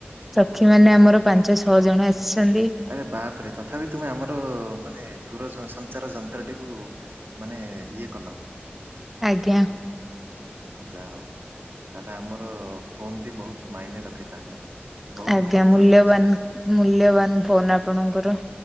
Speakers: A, in the centre; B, on the right (about 60°).
A: ସକ୍ଷୀ ମାନେ ଆମର ପାଞ୍ଚ ଛଅ ଜଣ ଆସିଛନ୍ତି।
B: ଆରେ ବାପ ରେ ତଥାପି ତୁମେ ଆମର ମାନେ ଦୂର ସଞ୍ଚାର ଯନ୍ତ୍ରଟିକୁ ମାନେ ଇଏ କଲ।
A: ଆଜ୍ଞା।
B: ଯା ହଉ ତାହେଲେ ଆମର ଫୋନ୍ଟି ବହୁତ ମାଇନ ରଖେ ତାହେଲେ। ବହୁତ
A: ଆଜ୍ଞା
B: ମହତ୍ଵ
A: ମୂଲ୍ୟବାନ
B: ରଖୁଛି ତାହେଲେ।
A: ମୂଲ୍ୟବାନ ଫୋନ ଆପଣଙ୍କର।